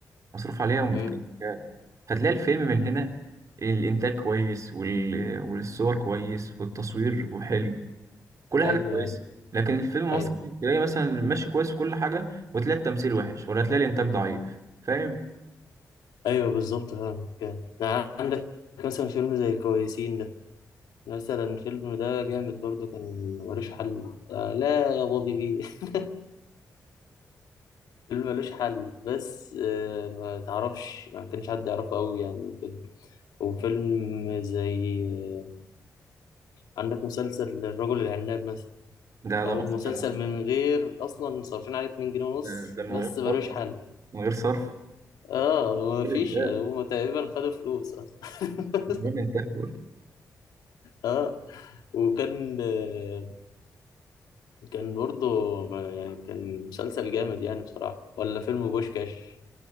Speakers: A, on the right; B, on the left.
A: مصروف عليها ومتكلف
B: مم.
A: يعني فتلاقي الفيلم من هنا الإنتاج كويس وال... والصور كويس والتصوير وحلو كل
B: أيوه
A: حاجة كويسة
B: أيوه
A: لكن الفيلم المصري
B: أيوه
A: تلاقي مثلا ماشي كويس في كل حاجة وتلاقي التمثيل وحش ولا تلاقي الإنتاج ضعيف فاهم
B: ايوه بالظبط فاهم كان يعني عندك مثلا فيلم زي الكويسين ده مثلا الفيلم ده جامد برضو كان ملوش حل آه لا يا بابي بيه <laughs> فيلم ملوش حل بس آه ما تعرفش ما كانش حد يعرفه قوي يعني كده وفيلم زي آه عندك مسلسل الرجل العناب مثلا
A: ده
B: اهو
A: ده مسخرة
B: مسلسل من غير اصلا صارفين عليه 2 جنيه ونص
A: ده ده من
B: بس
A: غير
B: ملوش
A: صرف أصلا
B: حل
A: من غير صرف
B: اه
A: من
B: ما
A: غير
B: فيش
A: إنتاج
B: يعني هم تقريبا خدوا فلوس اصلا <laughs>
A: من غير إنتاج بقول لك.
B: اه وكان آه، كان برضه ما- يعني كان مسلسل جامد يعني بصراحة ولا فيلم بوشكاش